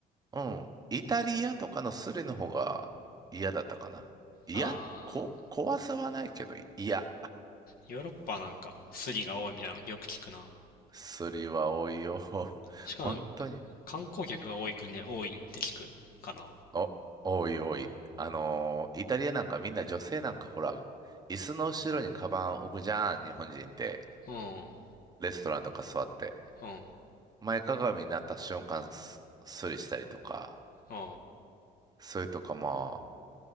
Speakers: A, on the right; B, on the left.
A: うん。イタリアとかのスリの方が嫌だったかな。嫌、
B: ああ、
A: こ、怖さはないけど、い嫌。
B: ヨーロッパなんかスリが多いみたいなのよく聞くな。
A: スリは多いよ。<laughs>
B: しかもな
A: 本当に。
B: 観光客が多い国で多いって聞くかな。
A: お、多い多い。あのーイタリアなんかみんな女性なんかほら、椅子の後ろにカバン置くじゃん、日本人って。
B: うん。
A: レストランとか座って。
B: うん。あ
A: 前かがみになった瞬間、ススリしたりとか。
B: あ。
A: それとかま